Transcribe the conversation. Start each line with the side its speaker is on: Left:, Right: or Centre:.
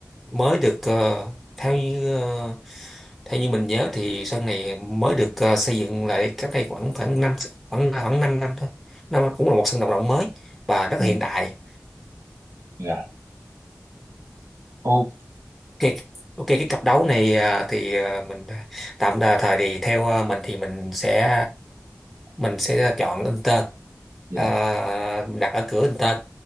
Centre: mới được ờ, theo như ờ, theo như mình nhớ thì sân này mới được ờ, xây dựng lại cách đây khoảng khoảng năm khoảng khoảng 5 năm thôi nó cũng là một sân vận động mới và rất
Right: ừ,
Centre: là hiện đại
Right: dạ. Ok.
Centre: ok ok cái cặp đấu này à, thì à, mình à, tạm đà thời thì theo à, mình thì mình sẽ mình sẽ chọn Inter
Right: Dạ,
Centre: À, đặt ở cửa Inter